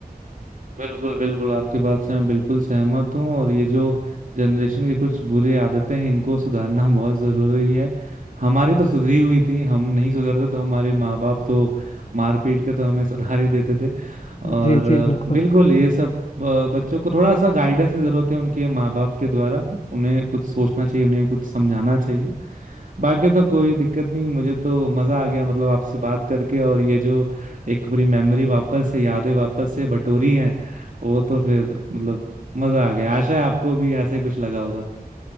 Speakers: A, on the right (about 55°); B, on the left (about 45°).
A: बिल्कुल बिल्कुल आपकी बात से मैं बिल्कुल सहमत हूँ और ये जो जनरेशन की कुछ बुरी आदतें हैं इनको सुधारना <laughs> बहुत जरूरी है हमारी तो सुधरी हुई थी हम नहीं सुधरते तो हमारे माँ बाप तो मार पीट के तो हमें सुधार ही देते थे और
B: जी
A: अ,
B: जी बिल्कुल
A: बिल्कुल ये सब अ, बच्चों को थोड़ा सा गाइडेंस की जरूरत है उनके माँ बाप के द्वारा उन्हें कुछ सोचना चाहिए उन्हें कुछ समझाना चाहिए बाकी तो कोई दिक्कत नहीं मुझे तो मजा आ गया मतलब आपसे बात करके और ये जो एक पूरी मेमोरी वापस से यादें वापस से बटोरी है वो तो फिर मतलब मजा आ गया आशा है आपको भी ऐसे ही कुछ लगा होगा